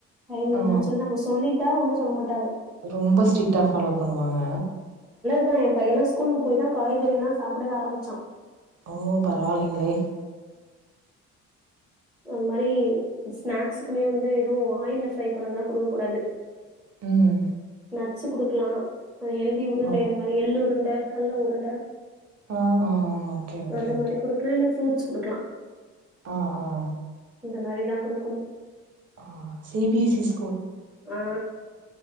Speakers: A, in the centre; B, on the right.
A: டைம்
B: ஆ
A: இல்லன்னு சொல்லி நம்ம சொல்லிட் ட்டா ஒன்னு சொல்ல மாட்டாங்க
B: ரொம்ப ஸ்ட்ரிட்டா ஃபாலோ பண்ணுவாங்க
A: எம் பையன்லா ஸ்கூலுக்கு போயிதான் காய்கறிலா சாப்டவே ஆரம்பிச் சான்
B: ஓ பரவால்ல லிங்ளே
A: அன் மாரி ஸ்நாக்ஸுக்குமே வந்து எதுவு ஆயில்ல ஃப்ரை பண்ணதுல்லா குடுக்க கூடாது
B: ம்
A: நட்ஸு குடுக்லா அ ஹெல்தி உருண்ட
B: ஓ
A: இந்த மாரி எள் உருண் ட கல்ல உருண்ட
B: ஆ ஆ ஓகே ஓகே
A: அது
B: ஓகே.
A: மாரி குடுக்கலா இல்ல ஃபுரூட்ஸ் குடுக்கலாம்
B: ஆ ஆ
A: இந்த மாரி தான் குடுக்கனு
B: ஆ சி பி எஸ் ஸி
A: ஆ